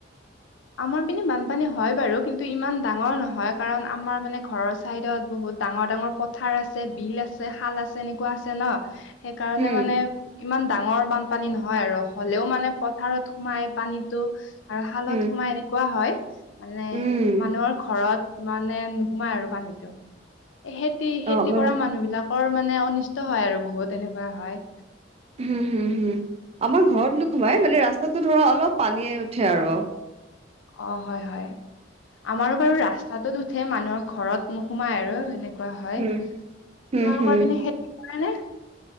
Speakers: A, on the left; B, on the right.
A: আমাৰ পিনে বানপানী হয় বাৰু কিন্তু ইমান ডাঙৰ নহয় কাৰণ আমাৰ মানে ঘৰৰ চাইডত বহুত ডাঙৰ ডাঙৰ পথাৰ আছে, বিল আছে, শাল আছে এনেকুৱা আছে ন সেইকাৰণে
B: উম,
A: মানে ইমান ডাঙৰ বানপানী নহয় আৰু হলেও মানে পথাৰত সোমাই পানীটো আৰু শালত
B: উম,
A: সোমাই এনেকুৱা হয় মানে
B: উম,
A: মানুহৰ ঘৰত মানে নোসোমাই আৰু পানীতো সেতি
B: অ'
A: সেতি
B: আমাৰ
A: কৰা মানুহ বিলাক কৰ মানে অনিষ্ট হয় আৰু বহুত এনেকুৱা হয়।
B: হম হম হম আমাৰ ঘৰত নোসোমাই মানে ৰাস্তাটো ধৰা অলপ পানীয়ে উঠে আৰু
A: অ হয় হয়। আমাৰো বাৰু ৰাস্তাটোত উঠে মানুহৰ ঘৰত নোসোমাই আৰু সেনে কুৱা হয়
B: উম,
A: তোমালোকৰ
B: হম, হম।
A: পিনে খেতি কৰানে?